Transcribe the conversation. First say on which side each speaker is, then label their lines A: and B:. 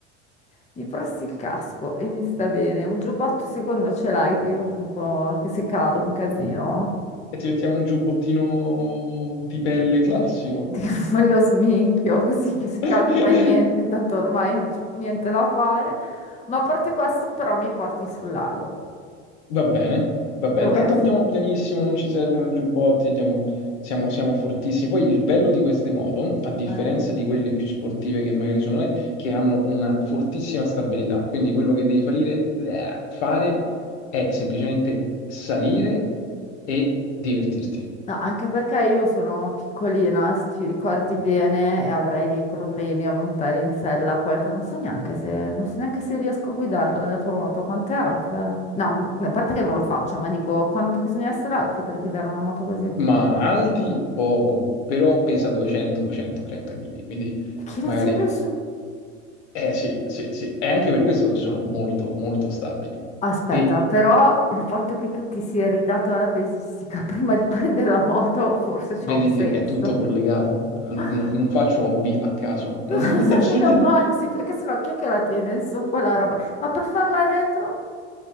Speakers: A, on the left; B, on the left.
A: Gli presti il casco e mi sta bene. Un giubbotto secondo ce l'hai, che io un po' che se cado è un casino.
B: E ti mettiamo un giubbottino di pelle classico.
A: <laughs> Me lo sminchio così che se
B: <laughs>
A: cadi fai niente, tanto ormai non c'è più niente da fare. Ma a parte questo, però mi porti sul lago.
B: Va bene, va bene.
A: Promesso.
B: Tanto andiamo pianissimo, non ci servono i giubbotti, andiamo, siamo, siamo fortissimi. Poi il bello di queste moto, a differenza
A: Eh.
B: di quelle più sportive che magari sono, è che hanno una fortissima stabilità. Quindi quello che devi fare, eh, fare è semplicemente salire e divertirti.
A: No, anche perché io sono piccolina, se ti ricordi bene, e avrei dei problemi a montare in sella qualche... Non so neanche se, non so neanche se riesco a guidarla la tua moto, quanto è alta? No, gu- a parte che non lo faccio, ma dico quanto bisogna essere alti per guidare una moto così. E
B: Ma alti poco, però pesa 200-230 kg. Quindi
A: che non
B: magari,
A: c'è nessuno.
B: eh sì, sì, sì. È anche per questo che sono molto, molto stabili.
A: Aspetta,
B: E
A: però il fatto che tu ti sia ridato alla pesistica prima di prendere la moto forse c'ha
B: Vedi
A: un senso.
B: che è tutto collegato, N-
A: <laughs>
B: n- non faccio hobby a caso. non-
A: Non lo
B: <laughs>
A: so, meno male, sì, perché sennò chi è che la tiene in su quella roba? Ma per farla retro?